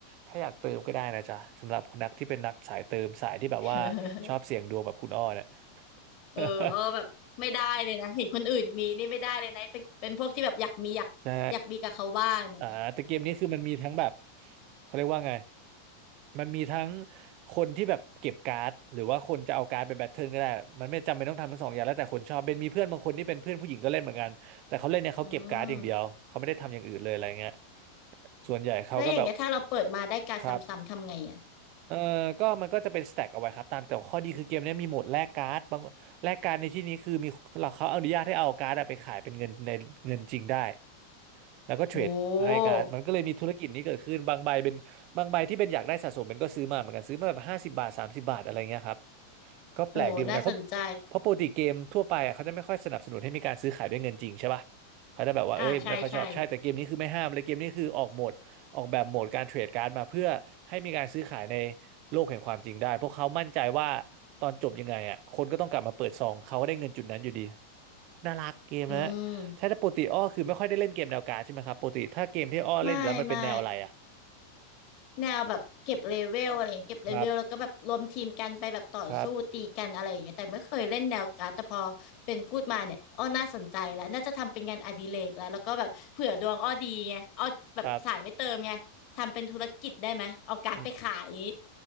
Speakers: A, on the right; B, on the left.
A: ถ้าอยากเติมก็ได้นะจ๊ะสำหรับคนนักที่เป็นนักสายเติมสายที่แบบว่าชอบเสี่ยงดวงแบบคุณอ้อเนี่ย
B: <laughs> เอออ้อแบบไม่ได้เลยนะเห็นคนอื่นมีนี่ไม่ได้เลยนะเป็นเป็นพวกที่แบบอยากมีอยากอยากมีกับเขาบ้างเนี่ย
A: <laughs> ใช่ อ่าแต่เกมนี้คือมันมีทั้งแบบเขาเรียกว่าไงมันมีทั้งคนที่แบบเก็บการ์ดหรือว่าคนจะเอาการ์ดไปแบทเทิลก็ได้มันไม่จำเป็นต้องทำทั้งสองอย่างแล้วแต่คนชอบเป็นมีเพื่อนบางคนที่เป็นเพื่อนผู้หญิงก็เล่นเหมือนกันแต่เขาเล่นเนี่ยเขาเก็บการ์ดอย่างเดียวเขาไม่ได้ทำอย่างอื่นเลยอะไรเงี้ย
B: อืม
A: ส่วนใหญ่เขาก็แบบ
B: แล้วอย่างเงี้ยถ้าเราเปิดมาได้การดซ้ำๆทำไงอ่ะ
A: ครับเออก็มันก็จะเป็นสแต็กเอาไว้ครับตามแต่ข้อดีคือเกมเนี้ยมีโหมดแลกการ์ดบางแลกการ์ดในที่นี้คือมีเขาอนุญาตให้เอาการ์ดอะไปขายเป็นเงินในเงินจริงได้ แล้วก็เทรดไฮการ์ดมันก็เลยมีธุรกิจนี้เกิดขึ้นบางใบเป็นบางใบที่เป็นอยากได้สะสมเป็นก็ซื้อมาเหมือนกันซื้อมาแบบห้าสิบบาทสามสิบบาทอะไรเงี้ยครับ
B: โห
A: ก็แปลกดีเหมือนกันเพราะ
B: โอ้น่าสนใจ
A: เพราะปกติเกมทั่วไปอ่ะเขาจะไม่ค่อยสนับสนุนให้มีการซื้อขายด้วยเงินจริงใช่ป่ะเขาจะแบบว่าเอ้ยไม่ค่อยชอบใช่แต่เกมนี้คือไม่ห้ามเลยเกมนี้คือออกโหมดออกแบบโหมดการเทรดการ์ดมาเพื่อให้มีการซื้อขายใน
B: อ่าใช่ใช่
A: โลกแห่งความจริงได้เพราะเขามั่นใจว่าตอนจบยังไงอ่ะคนก็ต้องกลับมาเปิดซองเขาก็ได้เงินจุดนั้นอยู่ดีน่ารักเกมนะ
B: อืม
A: ใช่แต่ปกติอ้อคือไม่ค่อยได้เล่นเกมแนวการ์ดใช่ไหมครับปกติถ้าเกมที่อ้อเล่นอยู่แล้วมันเป็นแนวอะไรอ่ะ
B: ไม่ไม่แนวแบบเก็บเลเวลอะไรอย่างเงี้ยเก็บเลเวลแล้วก็แบบรวมทีมกันไปแบบต่อสู้ตีกันอะไรอย่างเงี้ยแต่ไม่เคยเล่นแนวการ์ดแต่พอเป็นพูดมาเนี่ย
A: ครับครับ
B: อ้อ น่าสนใจแล้ว น่าจะทำเป็นงานอดิเรกแล้วแล้วก็แบบเผื่อดวงอ้อดีไงอ้อแบบสายไม่เติมไงทำเป็นธุรกิจได้ไหมเอาการ์ดไปขายอย่างงี้
A: ครับอืม